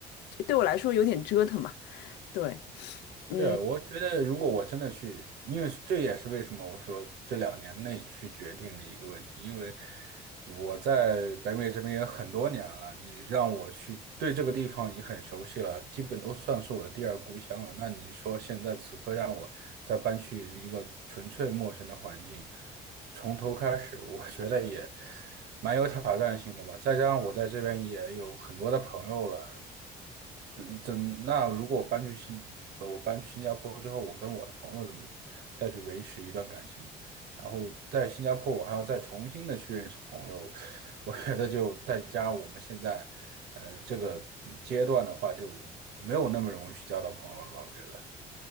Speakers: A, on the left (about 90°); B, on the right (about 75°).
A: 对我来说有点折腾嘛，对，嗯。
B: 是啊，我觉得如果我真的去，因为这也是为什么我说这两年内去决定的一个问题，因为我在北美这边也很多年了，你让我去对这个地方也很熟悉了，基本都算是我的第二故乡了。那你说现在此刻让我再搬去一个纯粹陌生的环境，从头开始，我觉得也蛮有挑战性的吧。再加上我在这边也有很多的朋友了，等等，那如果我搬去新，呃我搬去新加坡之后，我跟我的朋友怎么再去维持一段感情？然后在新加坡，我还要再重新的去认识朋友，我觉得就再加上我们现在，呃，这个嗯阶段的话，就没有那么容易去交到朋友了吧？我觉得